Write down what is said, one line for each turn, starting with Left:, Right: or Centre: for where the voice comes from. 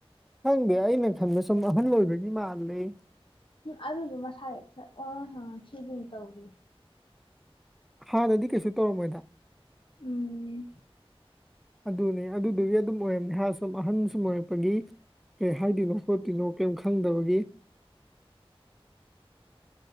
Centre: ꯈꯪꯗꯦ ꯑꯩꯅ ꯈꯟꯕ ꯁꯨꯝ ꯑꯍꯜ ꯑꯣꯏꯕꯒꯤ ꯃꯥꯜꯂꯤ
Left: ꯑꯗꯨꯁꯨ ꯃꯁꯥꯗ ꯑꯣꯟꯍꯟ ꯍꯍꯟ ꯊꯤꯗꯨꯅ ꯇꯧꯈꯤ
Centre: ꯍꯥꯟꯅꯗꯤ ꯀꯩꯁꯨ ꯇꯧꯔꯝ ꯃꯣꯏꯗ
Left: ꯎꯝ
Centre: ꯑꯗꯨꯅꯦ ꯑꯗꯨꯗꯨꯒꯤ ꯑꯗꯨꯝ ꯑꯣꯏꯔꯝꯅꯤ ꯁꯨꯝ ꯑꯍꯟ ꯁꯨꯝꯃꯥꯏꯔꯛꯄꯒꯤ ꯀꯩ ꯍꯥꯏꯗꯣꯏꯅꯣ ꯈꯣꯠꯇꯣꯏꯅꯣ ꯀꯔꯤꯝ ꯈꯪꯗꯕꯒꯤ